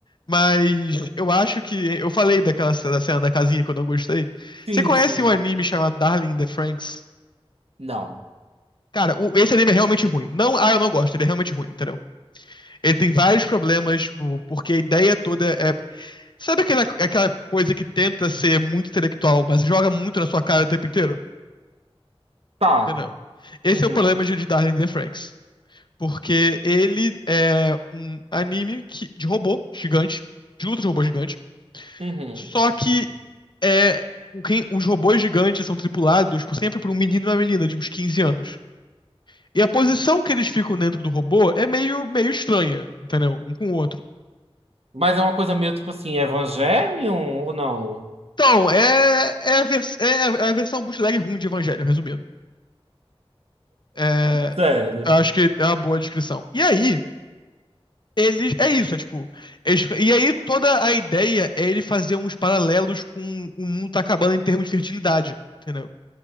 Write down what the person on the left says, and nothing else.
Mas eu acho que. Eu falei daquela ce- da cena da casinha que eu não gostei.
Você conhece
um anime chamado Darling in the Franxx?
Cara, o- esse anime é realmente ruim. Não, ah, eu não gosto, ele é realmente ruim, entendeu? Ele tem vários problemas, tipo, porque a ideia toda é. Sabe aquela, aquela coisa que tenta ser muito intelectual, mas joga muito na sua cara o tempo inteiro?
Entendeu? Esse
é o problema de, de Darling in the Franxx. Porque ele é um anime que, de robô gigante, de luta de robô gigante.
Só que é, o quem- os robôs gigantes são tripulados por sempre por um menino e uma menina de uns 15 anos. E a posição que eles ficam dentro do robô é meio, meio estranha, entendeu? Um com o outro.
Então, é, é, a, vers- é a- é a versão bootleg ruim de Evangelho, resumindo. É,
acho que é uma boa descrição. E aí, Eles, é isso, é tipo. eles- e aí toda a ideia é ele fazer uns paralelos com o mundo tá acabando em termos de fertilidade, entendeu?